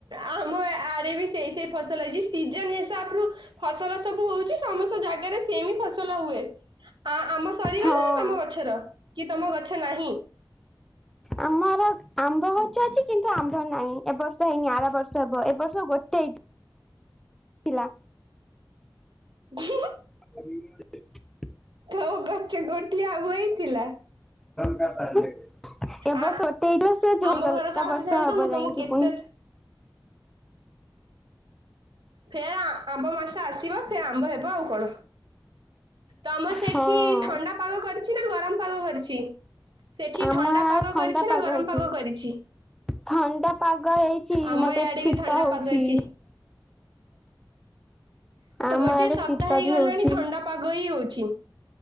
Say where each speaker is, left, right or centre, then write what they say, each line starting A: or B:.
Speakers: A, on the right; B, in the centre.
A: ଆମ ଆ-ଆଡେ ବି ସେଇ ସେଇ ଫସଲ ହେଇଛି ସିଜନ ହିସାବ ରୁ ଫସଲ ସବୁ ହଉଛି ସମସ୍ତ ଜାଗାରେ ସେମିତି ଫସଲ ହୁଏ ଆ-ଆମ ସରିଗଲାଣିି
B: ହଁ
A: ତମ ଗଛର କି ତମ ଗଛ ନାହିଁ।
B: ଆମର ଆମ୍ବ ଗଛ ଅଛି କିନ୍ତୁ ଆମ୍ଭ ନାହିଁ ଏବ ବର୍ଷ ହେଇନି ଆର ବର୍ଷ ହେବ ଏ ବର୍ଷ ଗୋଟେ ହେଇଚି। ଥିଲା।
A: ଘୁଁ।
B: <inaudible>
A: ତୋ ଗଛ ଗୋଟିଏ ଆମ୍ୱ ହେଇଥିଲା।
B: <unintelligible> ଏ
A: ଆ
B: ବର୍ଷ <unintelligible> ଝଡିଗଲା
A: ଆମ ଘରକୁ ଆସିଥାନ୍ତ
B: ବର୍ଷେ ହବ
A: ମୁଁ ତମକୁ
B: ଯାଇକି
A: କେତେ
B: ପୁଣି।
A: ଫେରେ ଆମ୍ବ ମାସ ଆସିବ ଫେରେ ଆମ୍ବ ହେବ ଆଉ କଣ। ତମ ସେଠି
B: ହଁ
A: ଥଣ୍ଡା ପାଗ କରିଚି ନା ଗରମ ପାଗ କରିଚି। ସେଠି
B: ଆମ
A: ଥଣ୍ଡା
B: ଇଆଡେ
A: ପାଗ
B: ଥଣ୍ଡା
A: କରିଛି ନା ଗରମ
B: ହେଇଛି।
A: ପାଗ କରିଛି।
B: ଥଣ୍ଡା ପାଗ ହେଇଚି
A: ଆମ
B: ମତେ
A: ଇଆଡେ
B: ଚିତ
A: ବି ଥଣ୍ଡା
B: ହଉଚି।
A: ପାଗ ହେଇଛି।
B: ଆମ
A: ଗୋଟିଏ
B: ଆଡେ
A: ସପ୍ତାହ
B: ଶୀତ
A: ହେଇଗଲାଣି
B: ବି ହଉଛି।
A: ଥଣ୍ଡା ପାଗ ହିଁ ହଉଛି।